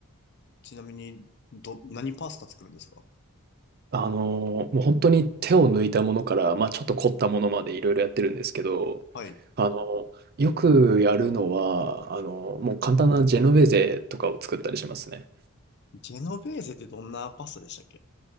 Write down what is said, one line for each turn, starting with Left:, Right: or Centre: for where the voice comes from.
Left: ちなみに、ど、何パスタ作るんですか
Right: あの、もう本当に手を抜いたものから、まあちょっと凝ったものまでいろいろやってるんですけど、
Left: はい。
Right: あの、よくやるのは、あの、もう簡単なジェノベーゼとかを作ったりしますね。
Left: ジェノベーゼってどんなパスタでしたっけ